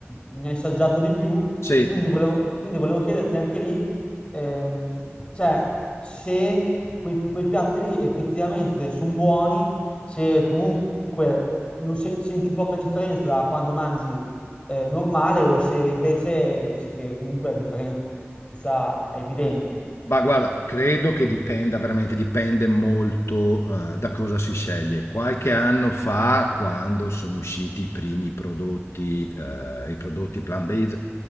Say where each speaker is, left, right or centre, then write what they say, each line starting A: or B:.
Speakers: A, on the left; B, on the left.
A: mi hai assaggiato di più.
B: Sì,
A: Quindi volevo, quindi volevo chiederti anche lì, ehm, cioè, se quei, quei piatti lì effettivamente sono buoni, se comunque non se- senti poca differenza da quando mangi eh, normale o se invece dici che comunque la differenza è evidente.
B: ma guarda, credo che dipenda veramente dipende molto, uhm, da cosa si sceglie. Qualche anno fa, quando sono usciti i primi prodotti uhm, i prodotti plant based,